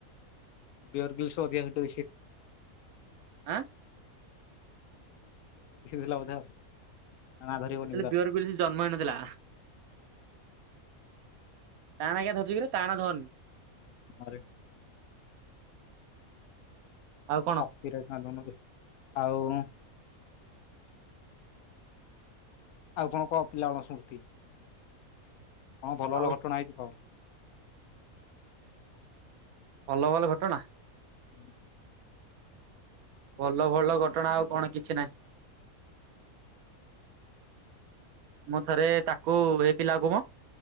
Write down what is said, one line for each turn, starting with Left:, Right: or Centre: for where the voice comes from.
Left: ବିଅର ବି ସେ ଅଧିକା।
Right: ଆଁ
Left: <unintelligible> <unintelligible> ଧରିବନି
Right: ସେତେଳେ
Left: ବି ତାର
Right: ବିୟର ବ ସେ ଜନ୍ମ ହେଇନଥିଲା ତା ନା ଆଜ୍ଞା ଧର ଟାଣ ଧରନି
Left: ଆରେ ଆଉ
Right: ଆଉ କଣ
Left: ଆଉ କଣ କହ ପିଲା ଵେଳ ସ୍ମୃତି କଣ ଭଲ
Right: ଆଉ
Left: ଭଲ ଘଟଣା ହେଇଛି କହ।
Right: ଭଲ ଭଲ ଘଟଣା
Left: ହୁଁ।
Right: ଭଲ ଭଲ ଘଟଣା ଆଉ କଣ କିଛି ନାହିଁ। ମୁଁ ଥରେ ତାକୁ ଏଇ ପିଲାକୁ ମ